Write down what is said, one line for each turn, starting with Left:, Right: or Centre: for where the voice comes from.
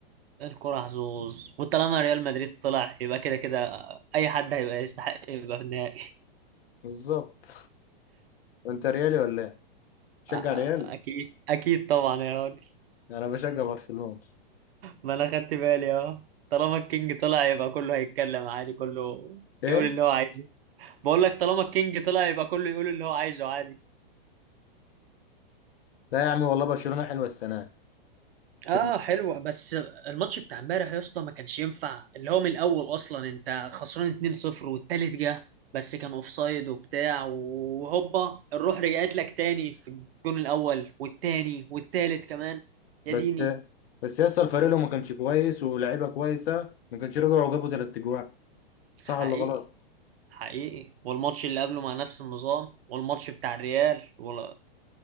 Right: الكره حظوظ وطالما ريال مدريد طلع يبقى كده كده اي حد هيبقى يستحق يبقى في النهائي <laughs>
Left: بالظبط وانت ريالي ولا ايه؟ تشجع
Right: آه، آه،
Left: ريال؟
Right: اكيد اكيد طبعا يا راجل
Left: انا بشجع برشلونة
Right: ما انا خدت بالي اه طالما الكينج طلع يبقى كله هيتكلم عادي كله
Left: ايه؟
Right: يقول اللي هو عايزه بقول لك طالما الكينج طلع يبقى كله يقول اللي هو عايزه عادي
Left: لا يا عم والله برشلونة حلوة السنة دي.
Right: اه
Left: كده
Right: حلوة بس الماتش بتاع امبارح يا اسطى ما كانش ينفع اللي هو من الاول اصلا انت خسران 2-0 والتالت جه بس كان اوفسايد وبتاع وهوبا الروح رجعت لك تاني في الجون الاول والتاني والتالت كمان يا
Left: بس
Right: ديني
Left: بس يا اسطى الفريق لو ما كانش كويس ولاعيبه كويسة ما كانش رجعوا وجابوا تلات اجوان صح
Right: حقيقي
Left: ولا غلط؟
Right: حقيقي والماتش اللي قبله مع نفس النظام والماتش بتاع الريال ولا